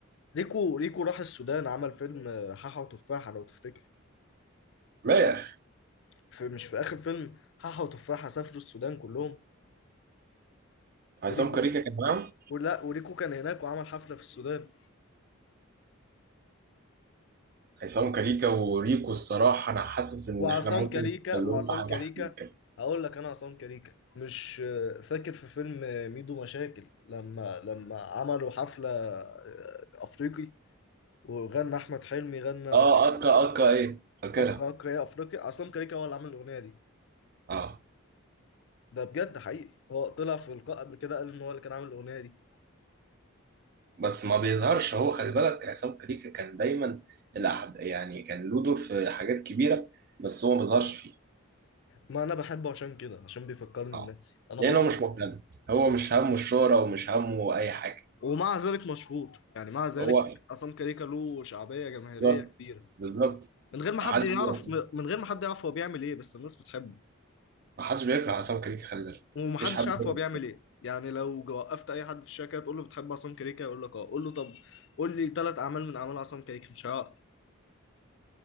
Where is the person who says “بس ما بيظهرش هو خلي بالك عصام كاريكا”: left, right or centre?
Right